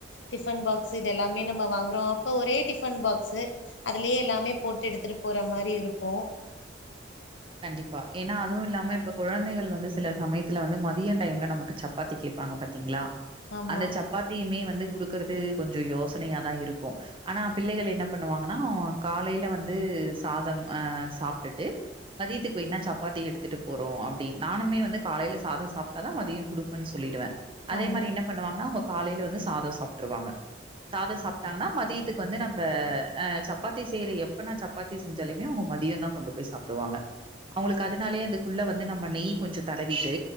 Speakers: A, on the left (about 70°); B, on the right (about 25°).
A: டிஃபன் பாக்ஸ் இது எல்லாமே நம்ம வாங்குறோ அப்ப ஒரே டிஃபன் பாக்ஸ்சு அதுலயே எல்லாமே போட்டு எடுத்துட்டு போற மாரி இருக்கு
B: கண்டிப்பா ஏனா அதுவு இல்லாம இப்ப குழந்தைகள் வந்து சில சமயத்துல வந்து மதிய டைம்ல நமக்கு சப்பாத்தி கேப் கேப்பாங்க பாத்தீங்ளா
A: ஆமா
B: அந்த சப்பாத்தியுமே வந்து குடுக்கறது கொஞ்ச யோசனையாதா இருக்கு ஆனா பிள்ளைகள் என்ன பண்ணுவாங்கனா காலைல வந்து சாதம் அ சாப்ட்டுட்டு மதியத்துக்கு வேன்னா சப்பாத்தி எடுத்துட்டு போறோ அப்டின் நானுமே வந்து காலைல சாதம் சாப்ட்டாதா மதியம் குடுப்பன் சொல்லிடுவ அதே
A: ஆமா
B: மாரி என்ன பண்ணுவாங்கனா அவங்க காலைல வந்து சாதம் சாப்ட்ருவாங்க சாதம் சாப்ட்டாங்கனா மதியத்துக்கு வந்து நம்ம அ சப்பாத்தி செய்யற எப்பனா சப்பாத்தி செஞ்சாலுமே மதியந்தா கொண்டு போய் சாப்டுவாங்க அவங்ளுக்கு அதனாலியே அந்தக்குள்ள வந்து நம்ம நெய் கொஞ்ச தடவிட்டு